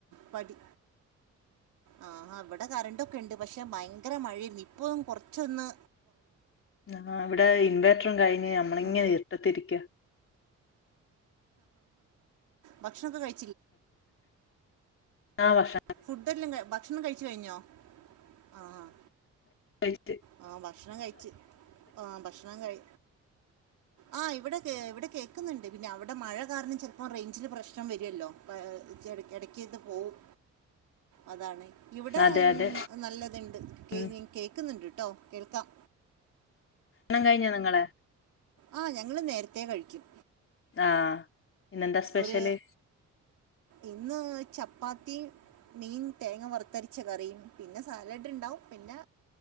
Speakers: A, on the right; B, on the left.
A: പടി ആഹ ഇവടെ കറെണ്ടൊക്കെ ഇണ്ട് പക്ഷെ ഭയെ ങ്കെരെ മഴയാര്ന്ന് ഇപ്പോ കൊർച്ചൊന്ന്
B: ആഹ് ഇവിടെ ഇൻവേർട്ടെറും കഴ്‌ഞ്ഞ് ന്നമ്മളിങ്ങെനെ
A: ഉം.
B: ഇർട്ടെത്തിരിക്ക.
A: ഭക്ഷണൊക്കെ കഴ്‌
B: ആഹ് ഭക്ഷ
A: ഫുടെല്ലാം ഭക്ഷണം കഴ്‌ച്ച് കഴിഞ്ഞോ ആഹ്,
B: കഴിച്ച്
A: ആഹ് ആഹ് ഭക്ഷണം കഴ്‌ച്ച് ആഹ് ഭക്ഷണം കഴ്‌ ആഹ് ഇവിടെ കേ ഇവിടെ കേൾക്കുന്നുണ്ട് പിന്നെ അവിടെ മഴ കാര്ണം ചെൽപ്പം റേയ്ഞ്ചിൽ പ്രശ്നം വെര്ല്ലോ? എട് എടെക്ക്ന്ന് പോവും. അതാണ് ഇവിടെ
B: അതെ അതെ
A: ന്നല്ലെത്ണ്ട് കേൾക്കുന്നുണ്ട്ട്ടോ
B: ഉം
A: കേൾക്കാം.
B: ണം കഴ്‌ഞ്ഞോ ന്നിങ്ങെള്?
A: ആഹ് ഞങ്ങള് ന്നേര്ത്തെകഴിക്കും.
B: ആഹ് ഇന്നെന്താ സ്പെഷ്യല്?
A: ഒരു ഇന്ന് ചപ്പാത്തീം മീൻ തേങ്ങ വർത്തരച്ച കറിയും പിന്നെ സാലെഡ് ഇണ്ടാവും പിന്നെ